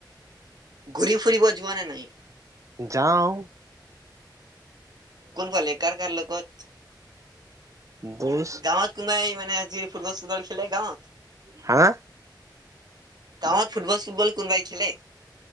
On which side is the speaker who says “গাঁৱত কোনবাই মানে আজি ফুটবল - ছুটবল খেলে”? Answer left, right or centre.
Right